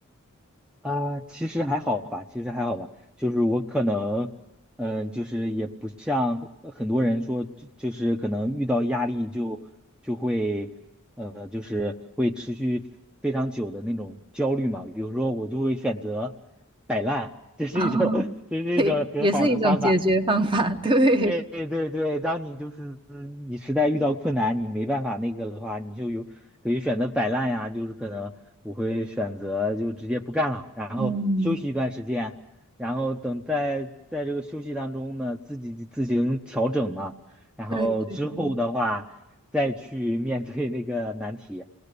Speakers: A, in the centre; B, on the right (about 25°).
A: 啊，其实还好吧，其实还好吧，就是我可能，嗯，就是也不像呃很多人说，就就是可能遇到压力就就会，呃，就是会持续非常久的那种焦虑嘛。比如说，我就会选择摆烂，
B: <laughs>
A: 这是一种，
B: 哦，
A: <laughs> 这是一种很好的方法。
B: 对，也是一种解决方法，对，
A: 对对对，当你就是你实在遇到困难，你没办法那个的话，你就有可以选择摆烂呀，就是可能我会选择就直接不干了，然后休息一段时间，
B: 嗯，
A: 然后等在在这个休息当中呢，自己自行调整嘛，然后之后的话再去面对那个难题，
B: 对对对